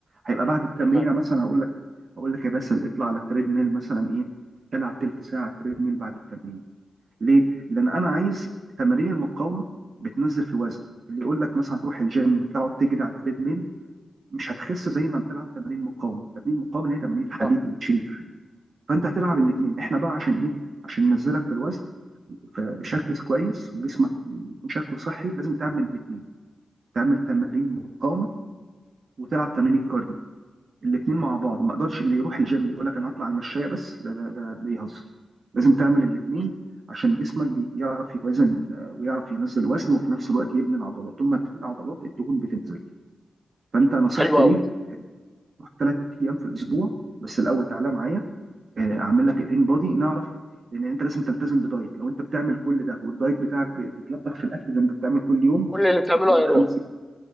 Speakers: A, on the right; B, in the centre.
A: هيبقى بعد التمرين
B: تمام
A: مثلا هقول لك هقول لك يا باسل اطلع على التريد ميل مثلا ايه العب تلت ساعه تريد ميل بعد التمرين ليه؟ لان انا عايز تمارين المقاومه بتنزل في الوزن اللي يقول لك مثلا تروح الجيم تقعد تجري على التريد ميل مش هتخس زي ما بتلعب تمارين مقاومه، تمارين مقاومه اللي هي تمارين الحديد
B: صح
A: وتشيل الحديد، فانت هتلعب الاثنين، احنا بقى عشان ايه؟ عشان ننزلك في الوزن ف- بشكل كويس وجسمك يكون شكله صحي لازم تعمل الاثنين، تعمل تمارين مقاومه وتلعب تمارين الكارديو. الاثنين مع بعض ما اقدرش اللي يروح الجيم يقول لك انا هطلع المشاية بس ده ده ده بيهزر لازم تعمل الاثنين
B: مم.
A: عشان جسمك بيعرف يوازن آه، ويعرف ينزل وزن وفي نفس الوقت يبني العضلات طول ما بتبني عضلات الدهون بتنزل فانت نصيحتي
B: حلو قوي
A: ليك روح ثلاث ايام في الاسبوع بس الاول تعالى معايا آه، اعمل لك الان بودي نعرف لان انت لازم تلتزم بدايت لو انت بتعمل كل ده والدايت بتاعك ب- بتلبخ في الاكل زي ما انت بتعمل كل يوم
B: كل اللي بتعمله
A: بتضربك
B: هيروح
A: خمس